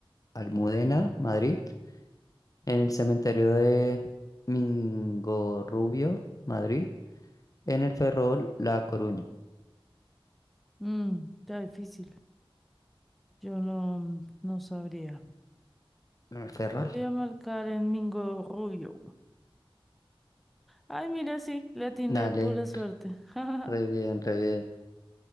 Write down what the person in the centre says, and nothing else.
mm, está difícil. Yo no, no sabría.
Voy a marcar en Mingo Rubio. Ay, mira, sí, la tiene
pura suerte. <laughs>